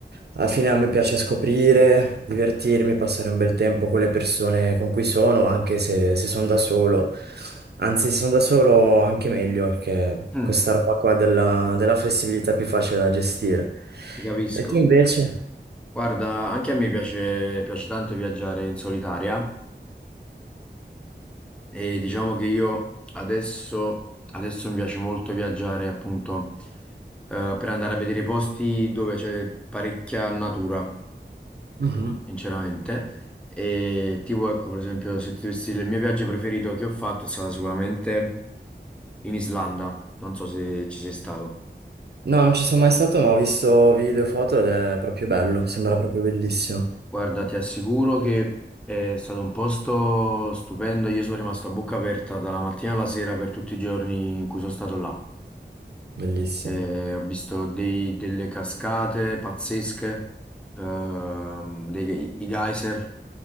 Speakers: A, on the right; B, in the centre.
A: Alla fine a me piace scoprire, divertirmi, passare un bel tempo con le persone con cui sono, anche se, se sono da solo. Anzi, se sono da solo anche meglio, perché
B: Mm,
A: questa roba qua della, della flessibilità è più facile da gestire.
B: ti capisco.
A: E tu invece?
B: Guarda, anche a me piace, piace tanto viaggiare in solitaria e diciamo che io adesso, adesso mi piace molto viaggiare appunto eh, per andare a vedere posti dove c'è parecchia natura,
A: Mhm.
B: sinceramente. E tipo, ecco, per esempio, se ti dovessi dire il mio viaggio preferito che ho fatto è stato sicuramente in Islanda. Non so se ci sei stato.
A: No, non ci sono mai stato, ma ho visto video e foto ed è proprio bello, sembra proprio bellissimo.
B: Guarda, ti assicuro che è stato un posto stupendo. Io sono rimasto a bocca aperta dalla mattina alla sera per tutti i giorni in cui sono stato là.
A: Bellissimo.
B: Eh, ho visto dei- delle cascate pazzesche, ehm, dei, i geyser